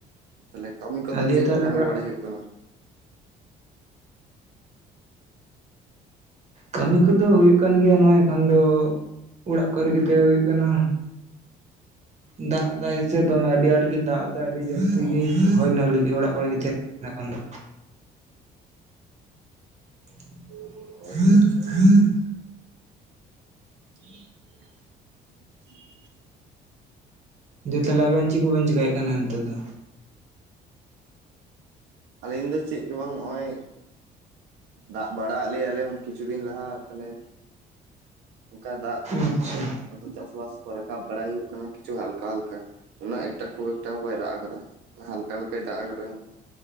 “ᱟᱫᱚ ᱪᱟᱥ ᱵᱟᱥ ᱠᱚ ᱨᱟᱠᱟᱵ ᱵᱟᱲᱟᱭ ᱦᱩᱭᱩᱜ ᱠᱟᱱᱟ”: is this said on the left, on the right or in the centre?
Right